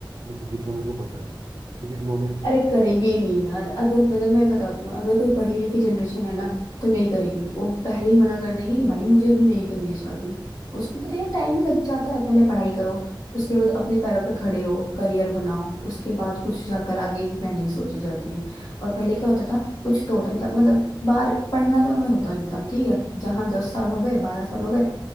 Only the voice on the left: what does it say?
अरे करे ये नहीं यार अगर मतलब मैं बताती हूँ अगर कोई पढ़ी लिखी जनरेशन है ना तो नहीं करेगी वो पहले ही मना कर देगी कि भाई मुझे अभी नहीं करनी है शादी उसको पता है टाइम ही लग जाता है पहले पढ़ाई करो उसके बाद अपने पैरों पे खड़े हो करियर बनाओ उसके बाद कुछ जाकर आगे की प्लानिंग सोची जाती है और पहले क्या होता था कुछ तो होता नहीं था मतलब बार पढ़ना तो उन्हें होता नहीं था ठीक है जहाँ दस साल हो गए बारह साल हो गए